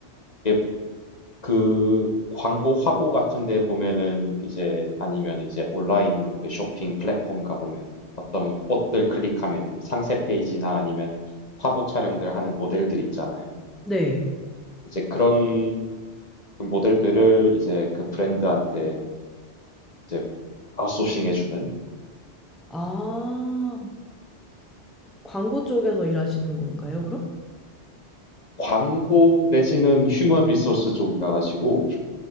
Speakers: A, on the left (about 35°); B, in the centre.
A: 이게 그 광고 화보 같은 데 보면은 이제 아니면 이제 온라인 그 쇼핑 플랫폼 가보면 어떤 옷들 클릭하면은 상세 페이지나 아니면은 화보 촬영들 하는 모델들 있잖아요.
B: 네.
A: 이제 그런 모델들을 이제 그 브랜드한테 이제 아웃소싱 해주는
B: 아, 광고 쪽에서 일하시는 건가요, 그럼?
A: 광고 내지는 휴먼 리소스 쪽이라 가지고